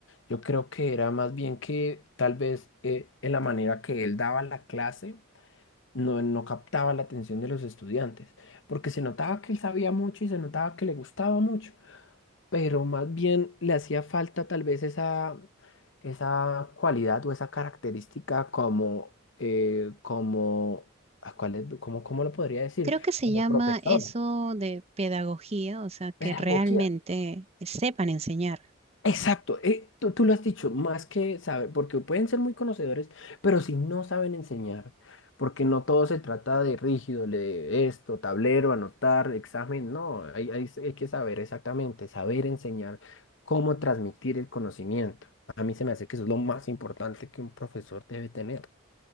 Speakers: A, on the left; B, on the right.
A: Yo creo que era más bien que tal vez eh, en la manera que él daba la clase no, no captaba la atención de los estudiantes, porque se notaba que él sabía mucho y se notaba que le gustaba mucho pero más bien le hacía falta tal vez esa, esa cualidad o esa característica como, eh, como, ¿a cuál es? ¿Cómo, cómo lo podría decir?
B: Creo que se
A: Como
B: llama
A: profesor,
B: eso de pedagogía, o sea, que
A: pedagogía.
B: realmente sepan enseñar.
A: Exacto, eh, tú, tú lo has dicho, más que saber, porque pueden ser muy conocedores, pero si no saben enseñar, porque no todo se trata de rígido, de esto, tablero, anotar, examen, no, hay, hay, hay que saber exactamente, saber enseñar cómo transmitir el conocimiento. A mí se me hace que eso es lo más importante que un profesor debe tener.